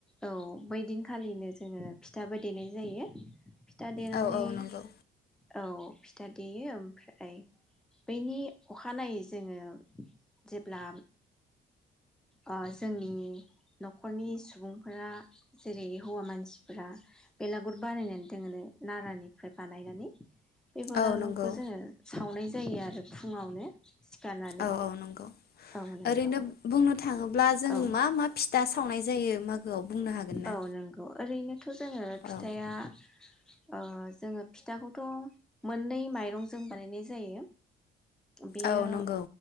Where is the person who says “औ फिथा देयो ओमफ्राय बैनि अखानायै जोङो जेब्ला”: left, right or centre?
Centre